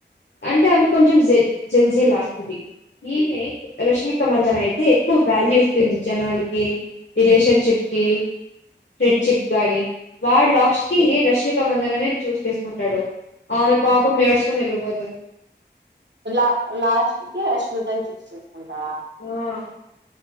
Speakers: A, on the left; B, on the right.
A: అంటే ఆమె కొంచెం జ జంజి లాంటిది ఈమె రష్మిక మందన అయితే ఎక్కువ వాల్యూ ఇస్తుంది జనాలకి రిలేషన్షిప్ కి ఫ్రెండ్షిప్ గాని వాడు లాస్ట్కి రష్మిక మందననే చూస్ చేసుకుంటాడు ఆమె పాపం ఏడుచు <unintelligible> వెళ్ళిపోతది.
B: లా లాస్ట్ కి రష్మికని చూసి చేసుకుంటడా
A: ఆ